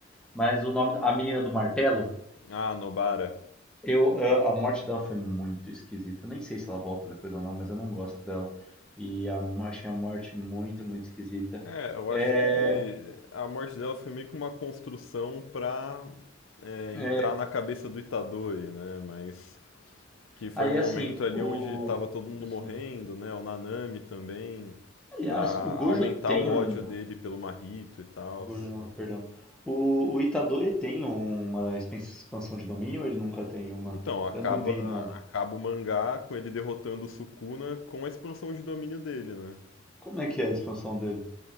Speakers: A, in the centre; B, on the left.
A: mas o nome, a menina do martelo,
B: Ah, Nobara.
A: eu, a a morte dela foi muito esquisita, eu nem sei se ela volta depois ou não, mas eu não gosto dela, e a- achei a morte muito, muito esquisita,
B: É, eu
A: é,
B: acho que a morte dela foi meio que uma construção pra é,
A: é,
B: entrar na cabeça do Itadori, né? Mas que foi
A: aí
B: um momento
A: assim,
B: ali
A: o,
B: onde tava todo mundo
A: assim,
B: morrendo, né? O Nanami também,
A: aliás,
B: pra
A: o Gojo
B: aumentar
A: tem
B: o ódio
A: um,
B: dele pelo Mahito e tal.
A: O Gordo não, perdão. O, o Itadori tem uma expen- expansão de domínio ou ele nunca tem uma?
B: Então, acaba,
A: Eu não vi nada.
B: acaba o mangá com ele derrotando o Sukuna com a expansão de domínio dele, né?
A: Como é que é a expansão dele?